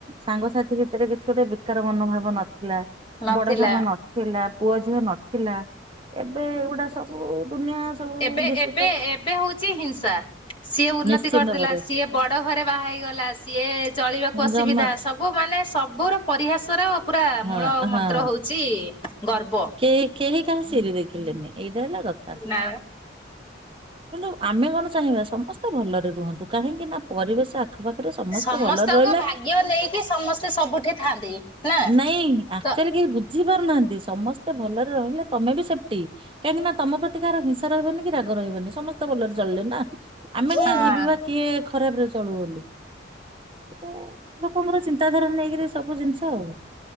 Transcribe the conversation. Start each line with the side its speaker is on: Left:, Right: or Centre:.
Right: ସାଙ୍ଗସାଥି ଭିତରେ କିଛି ଗୋଟେ ଧିକାର ମନୋଭାବ ନଥିଲା
Left: ନଥିଲା
Right: ବଡ ସାନ ନ ଥିଲା ପୁଅ ଝିଅ ନଥିଲା ଏବେ ଏଗୁଡା ସବୁ ଦୁନିଆ ସବୁ
Left: ଏବେ
Right: ଦୂଷିତ
Left: ଏବେ ଏବେ ହଉଛି ହିଂସା ସିଏ ଉନ୍ନତି
Right: ନିଶ୍ଚିନ୍ତ
Left: କରିଦେଲା
Right: ଭାବରେ।
Left: ସିଏ ସିଏ ବଡ଼ ଘରେ ବାହା ହେଇଗଲା ସିଏ ଚଳିବାକୁ ଅସୁବିଧା
Right: ଜମା
Left: ସବୁ ମାନେ ସବୁର ପରିହାସ ର ପୁରା
Right: ହଁ
Left: ମୂଳ ମନ୍ତ୍ର
Right: ହଁ
Left: ହଉଛି ଗର୍ବ।
Right: କେହି କେହି କାହା ସିରି ଦେଖିଲେନି ଏଇଟା ହେଲା କଥା।
Left: ନା
Right: କିନ୍ତୁ ଆମେ କଣ ଚାହିଁବା ସମସ୍ତେ ଭଲରେ ରୁହନ୍ତୁ କାହିଁକି ନା ପରିବେଶ ଆଖପାଖ ସମସ୍ତେ
Left: ସମସ୍ତଙ୍କ
Right: ଭଲରେ ରହିଲେ
Left: ଭାଗ୍ୟ ନେଇକି ସମସ୍ତେ ସବୁଠି ଥାଆନ୍ତି ନା
Right: ନାଇଁ ଆକଚୁଆଲି
Left: ତ
Right: କେହି ବୁଝି ପାରୁନାହାନ୍ତି ସମସ୍ତେ ଭଲରେ ରହିଲେ ତମେ ବି ସେପ୍ଟି କାହିଁକି ନା ତମ ପ୍ରତି କାହାର ହିଂସା ରହିବନି କି ରାଗ ରହିବନି ସମସ୍ତେ ତ ଭଲରେ ଚଳିଲେ ନା ଆମେ କାହିଁ
Left: ହଁ
Right: ଭାବିବା କିଏ ଖରାପରେ ଚଳୁ ବୋଲି ତ ଲୋକଙ୍କର ଚିନ୍ତାଧାରା ନେଇକିରି ସବୁ ଜିନିଷ ଆଉ